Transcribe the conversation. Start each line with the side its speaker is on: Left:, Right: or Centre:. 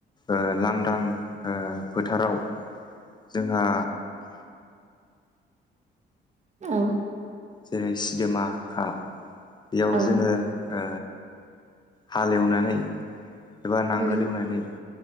Left: ओ लांदां ओ फोथाराव जोंहा
Right: औ
Left: जेरै सिदोमा खा बेयाव
Right: औ
Left: जोङो ओ हालेवनानै एबा नांगोल
Right: उम
Left: एवनानै